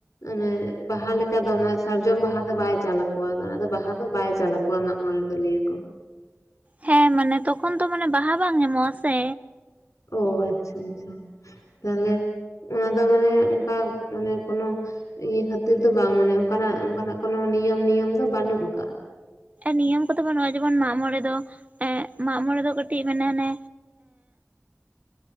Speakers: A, on the left; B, on the right.
A: ᱚᱱᱮ, ᱵᱟᱦᱟ ᱞᱮᱠᱟ ᱫᱚ ᱚᱱᱟ ᱥᱟᱨᱡᱚᱢ ᱵᱟᱦᱟ ᱫᱚ ᱵᱟᱭ ᱪᱟᱞ ᱟᱠᱚᱣᱟ ᱚᱱᱟ ᱫᱚ ᱵᱟᱦᱟ ᱫᱚ ᱵᱟᱭ ᱪᱟᱞ ᱟᱠᱚᱣᱟ ᱢᱟᱜ ᱢᱚᱬᱮ ᱨᱮᱫᱚ ᱞᱮᱭ ᱟᱠᱚ᱾
B: ᱦᱮᱸ ᱢᱟᱱᱮ ᱛᱚᱠᱷᱚᱱ ᱫᱚ ᱢᱟᱱᱮ ᱵᱟᱦᱟ ᱵᱟᱝ ᱧᱟᱢᱚᱜᱼᱟ ᱥᱮ᱾
A: ᱚ ᱟᱪᱪᱷᱟ ᱟᱪᱪᱷᱟ ᱛᱟᱦᱟᱞᱮ ᱚᱱᱟ ᱫᱚ ᱢᱟᱱᱮ ᱚᱱᱠᱟ ᱢᱟᱱᱮ ᱠᱚᱱᱚ ᱤᱭᱟᱹ ᱠᱷᱟᱹᱛᱤᱨ ᱫᱚ ᱵᱟᱝ ᱢᱟᱱᱮ ᱚᱱᱠᱟᱱᱟᱜ ᱚᱱᱠᱟᱱᱟᱜ ᱠᱚᱱᱚ ᱱᱤᱭᱚᱢ ᱱᱤᱭᱚᱢ ᱫᱚ ᱵᱟᱹᱱᱩᱜ ᱟᱠᱟᱫᱟ᱾
B: ᱱᱤᱭᱚᱢ ᱠᱚᱫᱚ ᱵᱟᱹᱱᱩᱜᱼᱟ ᱡᱮᱢᱚᱱ ᱢᱟᱜ ᱢᱚᱬᱮ ᱫᱚ ᱮᱜ ᱢᱟᱜ ᱢᱚᱬᱮ ᱫᱚ ᱠᱟᱹᱴᱤᱡ ᱢᱮᱱᱟ ᱚᱱᱮ
A: <unintelligible>